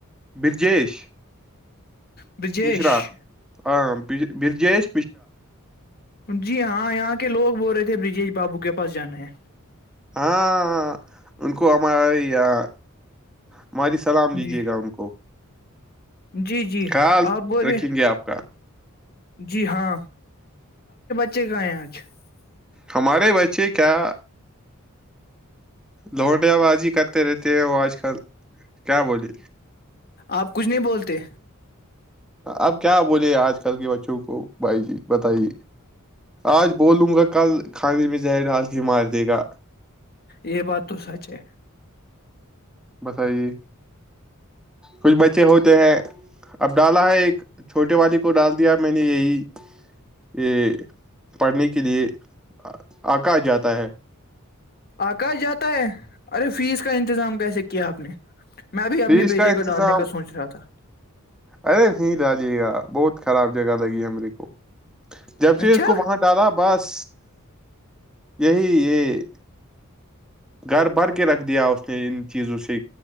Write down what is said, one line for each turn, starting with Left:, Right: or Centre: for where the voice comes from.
Centre: برجیش
Left: برجیش
Centre: مشرا ہاں بر جےس
Left: جی ہاں یہاں کے لوگ بول رہے تھ برجیش بابو کے پاس جانے ہے
Centre: ہاں ان کو ہم یا ہماری سلام دیجے
Left: جی
Centre: گا ان کو
Left: جی جی
Centre: خیال
Left: آپ بولے
Centre: رکھیں گے آپ کا
Left: جی ہاں <unintelligible>
Centre: ہمارے بچے کیا لھونڈیا بازی کرتے رہتے ہیں وہ آج کل کیا بولی
Left: آپ کچھ نہیں بولتے
Centre: اب کیا بولے آج کل کے بچوں کو بھائی جی بتائیے آج بولوں گا کل کاندی میں زہر ڈال کے مار دے گا
Left: یہ بات تو سچ ہے
Centre: بتائیے کچھ بچے ہوتے ہیں اب ڈالا ہے ایک چھوٹے والے کو ڈال دیا میں نے یہی یہ پڑھنے کے لیے آکا جاتا ہے
Left: آکاش جاتا ہے ارے فیس کا انتظام کیسے کیا آپ نے میں بھی اپنے
Centre: فیس
Left: بیٹے
Centre: کا
Left: کو
Centre: انتظام
Left: ڈالنے کا سوچ رہا تھا
Centre: ارے نہیں ڈالیے گا بہت خراب جگہ لگی ہم ر کوو <unintelligible> جب سے
Left: اچھا
Centre: اس کو وہاں ڈالا بس یہی یہ گھر بار کے رکھ د دیا اس نے ان چیزوں سے